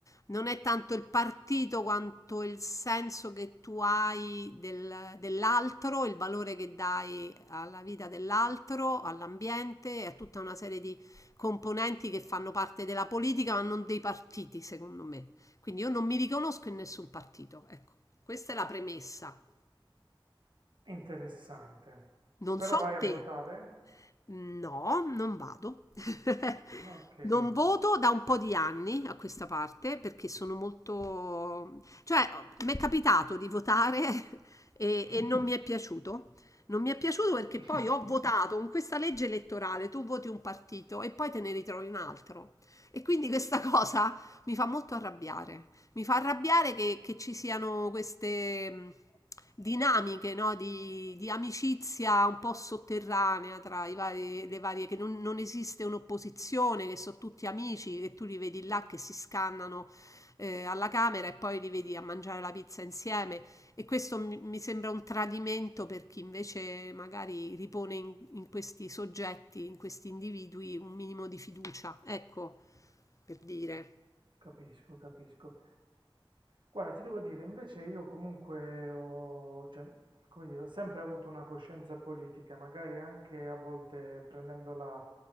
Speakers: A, on the left; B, on the right.
A: non è tanto il partito quanto il senso che tu hai del- dell'altro, il valore che dai alla vita dell'altro, all'ambiente e a tutta una serie di componenti che fanno parte della politica, ma non dei partiti, secondo me. Quindi io non mi riconosco in nessun partito. Ecco, questa è la premessa.
B: Interessante.
A: Non
B: Però
A: so
B: vai a
A: te.
B: votare?
A: No, non vado. <laughs>
B: Ok.
A: Non voto da un po' di anni a questa parte perché sono molto... cioè, mi è capitato di votare <laughs> e, e non mi è piaciuto. Non mi è piaciuto perché
B: <laughs>
A: poi ho votato con questa legge elettorale, tu voti un partito e poi te ne ritrovi un altro. E quindi questa cosa mi fa molto arrabbiare. Mi fa arrabbiare che, che ci siano queste mh, dinamiche, no, di, di amicizia un po' sotterranea tra i vari, le varie, che non, non esiste un'opposizione, che sono tutti amici, che tu li vedi là che si scannano eh, alla camera e poi li vedi a mangiare la pizza insieme. E questo mi, mi sembra un tradimento per chi invece magari ripone in, in questi soggetti, in questi individui, un minimo di fiducia. Ecco, per dire.
B: Capisco, capisco. Guarda, ti devo dire, invece io comunque ho, cioè, come dire, ho sempre avuto una coscienza politica, magari anche a volte prendendola,